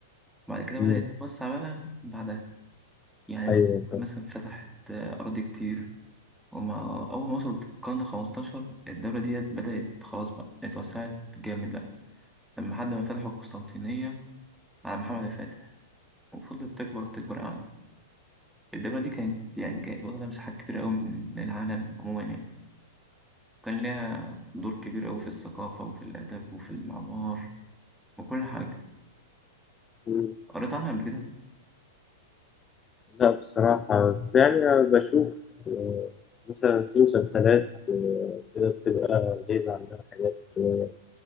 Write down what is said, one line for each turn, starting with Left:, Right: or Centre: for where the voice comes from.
Centre: بعد كده
Left: مم.
Centre: بدأت تتوسع بقى بعدها يعني
Left: أيوه طب.
Centre: مثلا فتحت آه، أراضي كتير ومع أول ما وصلت القرن الخمستاشر الدولة ديت بدأت خلاص بقى اتوسعت جامد بقى لما حد ما فتحوا القسطنطينية على محمد الفاتح وفضلت تكبر وتكبر يعني الدولة دي كانت يعني كانت واخدة مساحات كبيرة أوي من من العالم عموما يعني كان ليها دور كبير أوي في الثقافة وفي الآداب وفي المعمار وكل حاجة
Left: مم.
Centre: قريت عنها قبل كده
Left: لا بصراحة بس يعني أنا بشوف آه، مثلا في مسلسلات آه، كده بتبقى جايبة عنها حاجات شوية